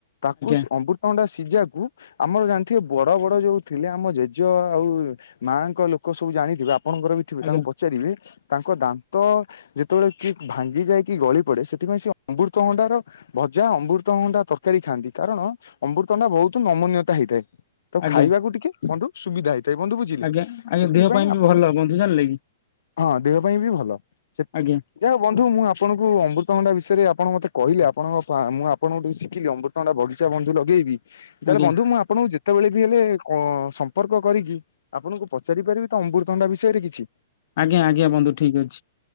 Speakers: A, on the left; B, on the left.
A: ତାକୁ
B: ଆଜ୍ଞା
A: ଅମୃତ ତଣ୍ଡା ସି ସିଜାକୁ ଆମର ଜାଣିଥିବେ ବଡ ବଡ ଯୋଉ ଥିଲେ ଆମ ଜେଜ ଆଉ ମାଆଙ୍କ ଲୋକ ସବୁ ଜାଣିଥିବେ ଆପଣଙ୍କର ବି ଥିବେ
B: ଆଜ୍ଞା ଆଜ୍ଞା
A: ତାଙ୍କୁ ପଚାରିବେ? ତାଙ୍କ ଦାନ୍ତ ଯେତେବେଳେ କି ଭାଙ୍ଗି ଯାଏ କି ଗଳି ପଡେ ସେଥିପାଇଁ ସେ ଅମୃତ ଭଣ୍ଡାର ଭ ଯା ଅମୃତଣ୍ଡା ତରକାରୀ ଖାଆନ୍ତି କାରଣ ଅମୃତଣ୍ଡା ବହୁତ ନମୁନୀୟତା ହେଇଥାଏ। ତାକୁ
B: ଆଜ୍ଞା
A: ଖାଇବାକୁ ଟିକେ ବନ୍ଧୁ ସୁବିଧା ହେଇଥାଏ ବନ୍ଧୁ ବୁଝିଲି
B: ଆଜ୍ଞା
A: ସେଥିପାଇଁ
B: ଦେହ ପାଇଁ ବି
A: ଆପଣ
B: ଭଲ ବନ୍ଧୁ ଜାଣିଲେ କି
A: ହଁ ଦେହ ପାଇଁ ବି ଭଲ ସେ
B: ଆଜ୍ଞା
A: ଯାହା ବନ୍ଧୁ ମୁଁ ଆପଣଙ୍କୁ ଅମୃତଭଣ୍ଡା ବିଷ ରେ ଆପଣ ମତେ କହିଲେ ଆପଣ ପା ମୁଁ ଆପଣଙ୍କଠୁ ଶିଖିଲି ଅମୃତଭଣ୍ଡା ବଗିଚା ବନ୍ଧୁ ଲଗେଇବି। ତାହେଲେ
B: ଆଜ୍ଞା
A: ବନ୍ଧୁ ମୁଁ ଆପଣଙ୍କୁ ଯେତେବେଳେ ବି ହେଲେ କ ସମ୍ପର୍କ କରିକି ଆପଣଙ୍କୁ ପଚାରି ପାରିବି ତ ଅମୃତଭଣ୍ଡା ବିଷୟରେ କିଛି?
B: ଆଜ୍ଞା ଆଜ୍ଞା ବନ୍ଧୁ ଠିକ ଅଛି।